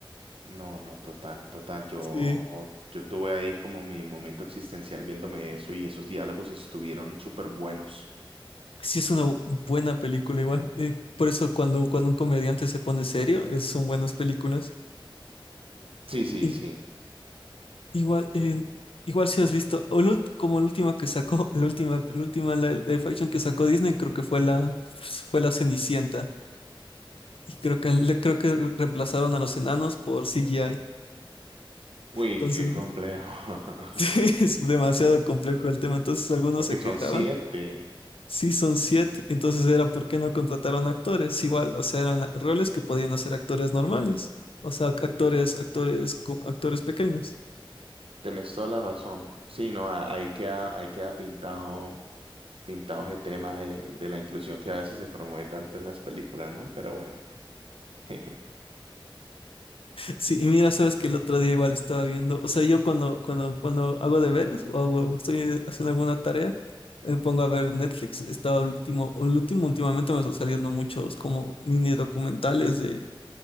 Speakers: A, on the right; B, on the left.
A: No, no, total, total. Yo,
B: Sí.
A: yo tuve ahí como mi momento existencial viéndome eso y esos diálogos estuvieron súper buenos.
B: Sí, es una bu- buena película igual. Eh, por eso cuando, cuando un comediante se pone serio, es- son buenas películas.
A: Sí, sí,
B: Y,
A: sí.
B: igual, eh, igual si has visto, o la ult- como la última que sacó, <laughs> la última, la última li- live action que sacó Disney, creo que fue la, fue la Cenicienta. Y creo que, le- creo que reemplazaron a los enanos por CGI.
A: Uy,
B: Entonces,
A: qué complejo. <laughs>
B: <laughs> sí, es demasiado complejo el tema. Entonces algunos
A: Porque
B: se
A: son
B: quejaban.
A: siete.
B: Sí, son siete. Entonces era por qué no contrataron actores. Igual, o sea, eran roles que podían hacer actores normales. O sea, actores, actores, con- actores pequeños.
A: Tenés toda la razón. Sí, no, a- ahí queda, ahí queda pintado, pintado ese tema de, de la inclusión que a veces se promueve tanto en las películas, ¿no? Pero bueno. <laughs>
B: Sí, y mira, sabes que el otro día igual estaba viendo, o sea, yo cuando, cuando, cuando hago deberes o hago- estoy haciendo alguna tarea, me pongo a ver Netflix. Estaba el último, el último, últimamente me están saliendo muchos como mini documentales de,